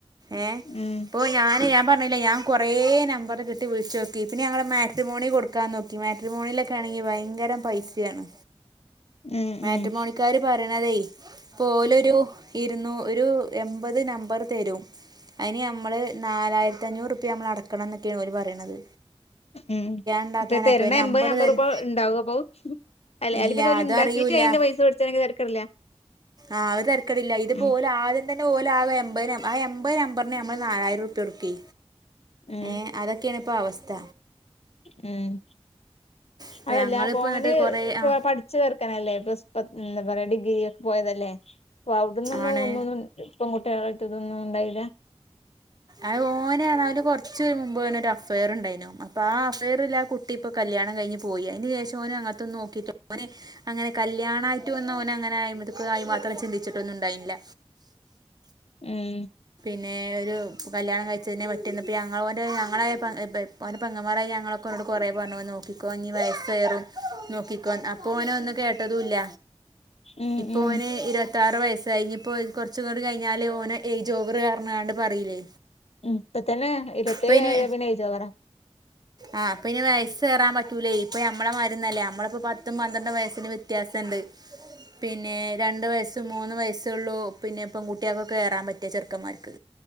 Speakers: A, on the right; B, on the left.
A: ഏഹ്
B: ഉം
A: ഇപ്പോ ഞാന് ഞാൻ പ ഞാൻ കുറേ നമ്പർ കി വിളിച്ച് നോക്കി പിന്നെ ഞങ്ങൾ മാട്രിമോണി കൊടുക്കാൻ നോക്കി മാട്രമോണിയിലൊക്കെ ആണെങ്കിൽ ഭയങ്കര പൈസയാണ്
B: ഉം
A: മാട്രിമോണിക്കാര്
B: ഉം
A: പറ പോലരു ഇരുന്നൂ ഒരു എൺപത് നമ്പർ തരും അതിനി നമ്മള് നാലായിരത്തി അഞ്ഞൂറ് നമ്മൾ അടക്കണം എന്നൊക്കെയാണ് ഓര് പ പറയണത്
B: ഉം
A: ഉണ്ടാക്കാനാ
B: ഇപ്പൊ തരണ
A: അപ്പൊ നമ്പർ
B: എമ്പത് അമ്പത്
A: തരും
B: റുപ്യ ഉണ്ടാവും അപ്പൊ <unintelligible>
A: ഇല്ല
B: പിന്നെ ഓല്
A: അത്
B: ഇണ്ടാക്കിട്ട്
A: അറിയൂല്ല
B: അയിന്റെ പൈസ പിടിച്ചണെങ്കിൽ തരക്കേടില്ല
A: ആഹ് അത് തരക്കേടില്ല ഇതിപ്പോ
B: ഉം
A: ഓല് ആദ്യം <unintelligible> ആ എൺപത് നമ്പറിന് നമ്മൾ നാലായിരം രൂപ്യ കൊടുക്കേ
B: ഉം
A: ഏഹ് അതൊ <unintelligible> അവസ്ഥ
B: ഉം
A: ഇപ്പം
B: അതല്ല
A: ഞങ്ങളിപ്പോൾ
B: പോന്
A: എന്നിട്ട് കുറേ
B: ഇപ്പൊ
A: ആ
B: പഠിച്ചു <unintelligible> വേറെ ഡിഗ്രി ഒക്കെ പോയതല്ലേ അപ്പോ അവിടുന്നൊന്നും
A: ആണ്
B: ഒന്നും പെൺകുട്ടികളായിട്ട് ഇതൊന്നും ഉണ്ടായി
A: അത് ഓനാ കുറച്ച് മുമ്പ് അവനൊരു അഫയർ ഉണ്ടായിരുന്നു അപ്പൊ ആ അഫയറിലെ ആ കുട്ടി ഇപ്പോ കല്യാണം കഴിഞ്ഞ് പോയി അതിന് ശേഷം ഓൻ <unintelligible> ഓന് അങ്ങനെ കല്യാണായിട്ട് ഒന്നും ഓനങ്ങനെ <unintelligible> ചിന്തിച്ചിട്ടൊന്നും ഉണ്ടായില്ല
B: ഉം
A: പിന്നെ ഒരു കല്യാണം കഴിച്ചതിനെ <unintelligible> ഓന് പെങ്ങമ്മാരായി ഞങ്ങൾ <unintelligible> കൊറേ പറഞ്ഞു നോക്കിക്കോ നീ വയസ് കയറും നോക്കിക്കോ അപ്പോ ഓൻ ഒന്നും കേട്ടതും ഇല്ല
B: ഉം
A: ഇപ്പോ
B: ഉം
A: ഓന് ഇരു ത്താറ് വയസ് ആയി ഇനിയിപ്പോ കുറച്ചും കൂടി കഴിഞ്ഞാല് ഓന് എ <unintelligible> പറയിലേ
B: ഉം ഇപ്പ തന്നെ ഇരുപത്തേഴായ
A: പിന്നെ
B: ഏജ് ഓവറാ
A: ആഹ് പിന്നെ വയസ് കയറാൻ പറ്റൂലേ ഇപ്പ നമ്മളെ മാരിന്നൊല്ല നമ്മളിപ്പോ പത്തും പന്ത്രണ്ടും വയസ്സിന് വ്യത്യാസണ്ട്. പിന്നെ രണ്ട് വയസ്സ് മൂന്ന് വയസ്സുള്ളൂ പിന്നെ ഇപ്പം കുട്ടികൾക്കൊ കേറാ റ്റും ചെറുക്കമാര്ക്ക്